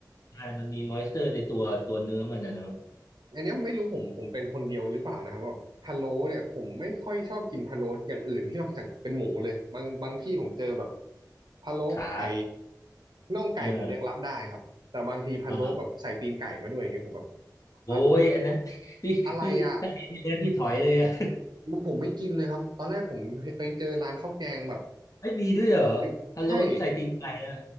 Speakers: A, on the left (about 50°); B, on the right (about 80°).
A: ใช่มันมีมอยเจอร์ในตัวตัวเนื้อมันนะเนาะ
B: อันเนี้ยไม่รู้ผมผมเป็นคนเดียวหรือเปล่านะครับแบบพะโล้เนี่ยผมไม่ค่อยชอบกินพะโล้อย่างอื่นที่นอกจากเป็นหมูเลยบางบางที่ผมเจอแบบพะโล้ไก่
A: ขา
B: น่องไก่ผมยังรับได้ครับแต่บางทีพะโล้แบบใส่ตีนไก่มาด้วยอย่างเงี้ยผมแบบ
A: เอออ่าโอ้ยอันนั้น
B: อะ
A: <laughs> พี่พี่ถ้าเห็นอย่างนั้นพี่ถอยเลยอะ
B: อะไรอ่ะผมไม่กินเลยครับตอนแรกผมไปเจอร้านข้าวแกงแบบ
A: <laughs> ไ้ยมีด้วยเหรอ
B: ติดใช่
A: ฮัลโหลที่ใส่ตีงไก่อะ